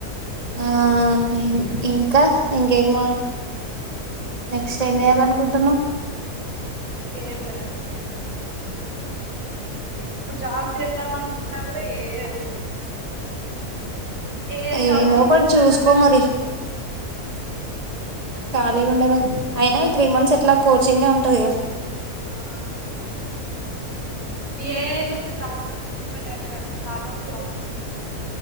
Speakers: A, on the right; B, on the right.
A: ఆ ఇ ఇంకా ఇంకేమ నెక్స్ట్ ఏం చేయాల అనుకుంటున్నావు
B: ఏం లేస్తయి అసలు చేస్తాయిబ్ ఇప్పుడుజాబ్ చేత వద్దాం అనుకున్నా కూడా ఏ వచ్చు వేరే జాబ్
A: ఏదో
B: చూసుకుంటారంట
A: ఒకటి చూసుకో మరి ఖాళీగా ఉండే అయినా త్రీ మంత్స్ ఎట్లా కోచింగే ఉంటది గా
B: ఆ ఏఐ లు కూడా జాబ్ తీసుకుంటాన్నాడిక్ట చాలా మంది జాబ్స్ పోయినా అంట కదా